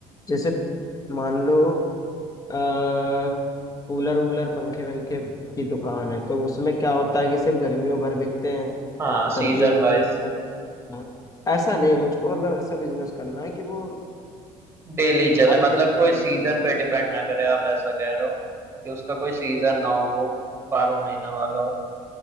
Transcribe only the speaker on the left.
जैसे मान लो अ कूलर वूलर पंखे वंखे की दुकान है तो उसमें क्या होता है कि सिर्फ गर्मियों भर बिकते हैं
सर्दियों
में
उसमें हाँ, ऐसा नहीं मुझको मतलब ऐसा बिजनेस करना है कि वो
ये
हर
दिन
मतलब
चले